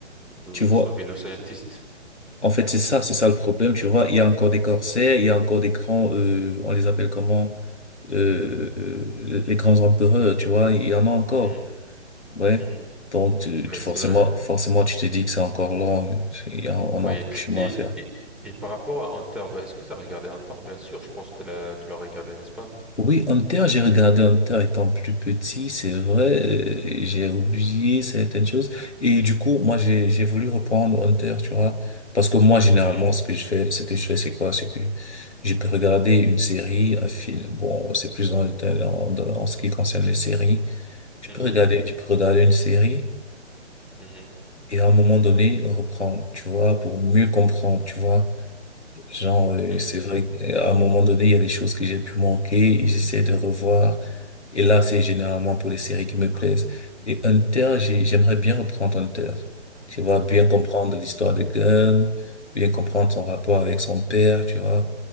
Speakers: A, in the centre; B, on the left (about 70°).
A: de
B: Tu vois,
A: sauver le scientiste.
B: en fait, c'est ça, c'est ça le problème, tu vois. Il y a encore des corsaires, il y a encore des grands, euh, on les appelle comment? Euh, euh, les grands empereurs, tu vois, il y en a encore.
A: Hmm,
B: Ouais.
A: hmm.
B: Donc, tu-
A: Ouais,
B: tu- forcément,
A: c'est vrai.
B: forcément, tu te dis que c'est encore long. hein. Il y a- on
A: Oui.
B: a encore du chemin
A: Et,
B: à faire.
A: et, et par rapport à Hunter, est-ce que tu as regardé Hunter? Bien sûr, je pense que tu l'as, tu l'as regardé, n'est-ce pas?
B: Oui, Hunter, j'ai regardé Hunter étant plus petit, c'est vrai, euh, j'ai oublié certaines choses. Et du coup, moi, j'ai, j'ai voulu reprendre Hunter, tu vois. Parce que moi, généralement,
A: Hmm,
B: ce que je fais, ce que je fais, c'est quoi? C'est que je peux regarder une série, un film. Bon, c'est plus dans, le- dans- dans- en ce qui concerne les séries. Je
A: mhm,
B: peux regarder, je peux regarder une série
A: mhm,
B: et à un moment donné, reprendre, tu vois, pour mieux comprendre, tu vois. Genre, euh,
A: mhm,
B: c'est vrai qu'à un moment donné, il y a des choses que j'ai pu manquer et j'essaie de revoir. Et là, c'est généralement pour les séries qui me plaisent. Et Hunter, j'ai- j'aimerais bien reprendre Hunter. Tu vois, bien
A: mhm,
B: comprendre l'histoire de Gunn, bien comprendre son rapport avec son père, tu vois,